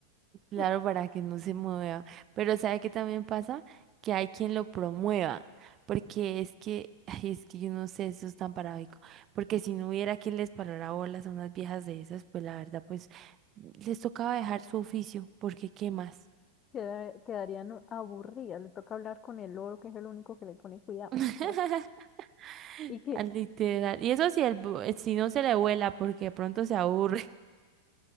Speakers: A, on the right (about 30°); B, on the left (about 25°).
A: Claro,
B: <laughs>
A: para que no se mueva. Pero ¿sabe qué también pasa? Que hay quien lo promueva. Porque es que, <laughs> ay, es que yo no sé, eso es tan paradójico. Porque si no hubiera quien les parara bolas a unas viejas de esas, pues la verdad, pues les tocaba dejar su oficio, porque ¿qué más?
B: Queda- quedarían aburridas, le toca hablar con el loro, que es el único que le pone cuidado.
A: <laughs>
B: <laughs> Y que,
A: Al Literal. Y eso si, el, bu- si no se le vuela, porque de pronto se aburre